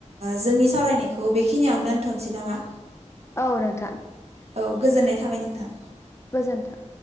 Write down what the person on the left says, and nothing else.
औ नोंथां
गोजोनथों